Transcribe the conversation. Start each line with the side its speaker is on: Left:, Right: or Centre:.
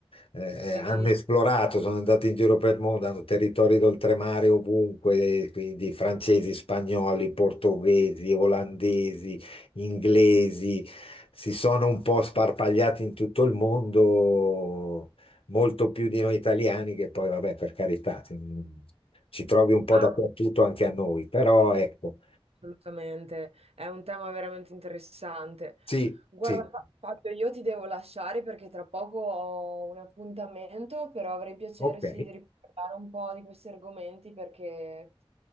Left: eh, eh,
Right: Sì.
Left: hanno esplorato,
Right: sì.
Left: sono andati in giro per il mondo, hanno territori d'oltremare ovunque, quindi francesi, spagnoli, portoghesi, olandesi, inglesi, si sono un po' sparpagliati in tutto il mondo, molto più di noi italiani, che poi, vabbè, per carità, ci ci trovi un po'
Right: Ah,
Left: dappertutto anche a noi, però ecco,
Right: Assolutamente, è un tema veramente interessante.
Left: sì,
Right: Guarda,
Left: sì,
Right: Fa- Fabio, io ti devo lasciare perché tra poco ho un appuntamento, però avrei piacere
Left: ok,
Right: sì di riparlare un po' di questi argomenti perché